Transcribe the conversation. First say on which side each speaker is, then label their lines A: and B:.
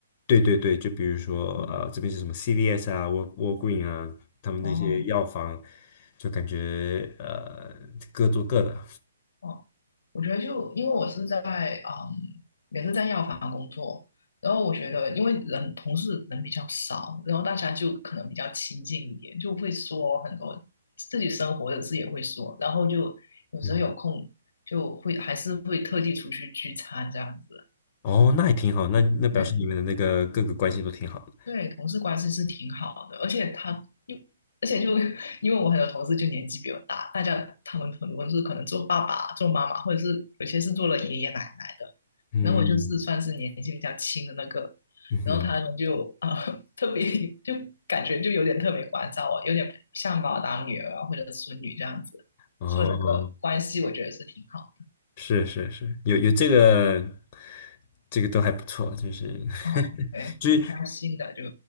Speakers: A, on the left; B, on the left.
A: 对对对，就比如说呃，
B: 嗯，
A: 这边是什么 CVS 啊、Wal Walgreen 啊，他们那些药房，
B: 哦。
A: 就感觉呃各做各的。
B: 哦，我觉得就因为我是在嗯，也是在药房工作，然后我觉得因为人同事人比较少，然后大家就可能比较亲近一点，就会说很多自己生活的事也会说，然后就有时候有空就会还是会特地出去聚餐这样子。
A: 嗯，哦，那也挺好，那那表示你们的那个各个关系都挺好的。
B: 对，对，同事关系是挺好的，而且他又而且就因为我很多同事就年纪比我大，大家他们很多是可能做爸爸、做妈妈，或者是有些是做了爷爷奶奶的，
A: 嗯
B: 然后我就是算是年纪比较轻的那个，
A: 嗯哼，
B: 然后他们就啊、呃 <laughs> 特别就感觉就有点特别关照我，有点像把我当女儿啊或者孙女这样子，
A: 哦，
B: 所以那个关系我觉得是挺好
A: 是是是，有有这个，这个都还不错，就是
B: 的，哦，
A: <laughs>
B: 对，
A: 就是
B: 挺开心的，就